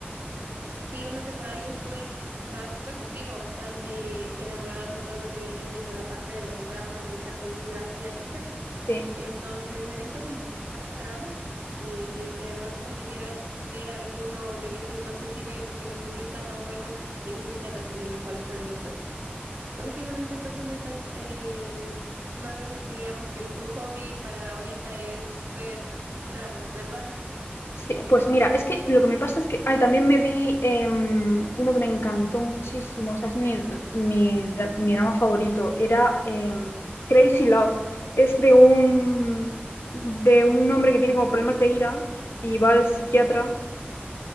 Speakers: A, on the right; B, on the left.
A: sí, una temporada yo estuve, bas- bueno, sigo bastante enamorada con todo lo que viene siendo la parte de los dramas y esta cultura asiática.
B: Sí,
A: Entonces me he visto un montón de dramas y si es que de pronto quisieras ver alguno o me dices no sé si ver porque no sé si está tan bueno, me dices y te recomiendo cuáles podemos ver. Últimamente entonces me estás, eh, de- más o menos diríamos que el, tu hobby para ahorita es ver dramas, ¿verdad?
B: sí, pues mira, es que lo que me pasa es que, ay, también me vi em, uno que me encantó muchísimo, o sea, es mi, mi, mi drama favorito, era em, Crazy Love, es de un, de un hombre que tiene como problemas de ira y va al psiquiatra